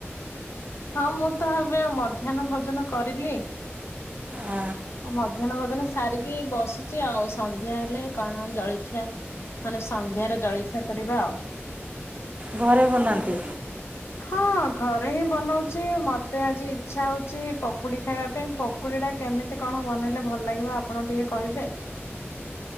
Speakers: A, on the left; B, on the right.
A: ହଁ ମୁଁ ତ ଏବେ ମଧ୍ୟାହ୍ନ ଭୋଜନ କରିଲି।
B: ଆ,
A: ମୁଁ ମଧ୍ୟାହ୍ନ ଭୋଜନ ସାରିକି ବସିଚି ଆଉ ସନ୍ଧ୍ୟା ହେଲେ କଣ ଜଳଖିଆ ମାନେ ସନ୍ଧ୍ୟାର ଜଳିଖିଆ କରିବା ଆଉ।
B: ଘରେ ବନାନ୍ତି?
A: ହଁ ଘରେ ହିଁ ବନଉଛି ମତେ ଆଜି ଇଚ୍ଛା ହଉଛି ପକୁଡ଼ି ଖାଇବା ପାଇଁ ପ ପକୁଡ଼ି ଟା କେମିତି କଣ ବନେଇଲେ ଭଲ ଲାଗିବ ଆପଣ ଟିକେ କହିବେ?